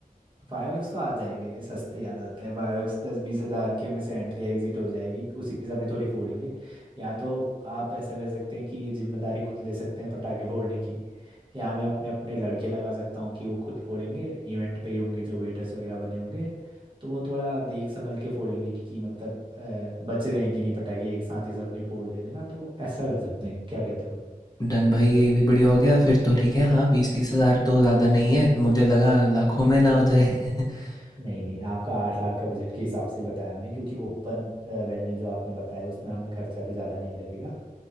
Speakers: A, on the right (about 35°); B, on the left (about 25°).
A: फाइव एक्स तो आ जाएंगे ये सस्ते ही आ जाते हैं फाइव एक्स दस बीस हजार के में से एंट्री एग्जिट हो जाएगी उसी समय थोड़ी फोड़ेंगे या तो आप ऐसा कर सकते हैं कि जिम्मेदारी खुद ले सकते हैं पटाखे फोड़ने की या मैं अपने अपने लड़के लगा सकता हूँ कि वो खुद फोड़ेंगे इवेंट पे ही होंगे जो वेटर्स वगैरह बने होंगे तो वो थोड़ा देख संभल के फोड़ेंगे कि मतलब अ, बच रहे हैं कि नहीं पटाखे एक साथ ही सब नहीं फोड़ दे रहे ना तो ऐसा कर सकते हैं क्या कहते हो
B: डन भाई ये भी बढ़िया हो गया फिर तो ठीक है हाँ बीस तीस हजार तो ज़्यादा नहीं है मुझे लगा लाखों में ना हो जाए <laughs>
A: नहीं नहीं आपका आठ लाख का बजट के हिसाब से ही बताया मैंने क्योंकि ओपन वेन्यू जो आपने बताया उसमें हमें खर्चा भी ज़्यादा नहीं लगेगा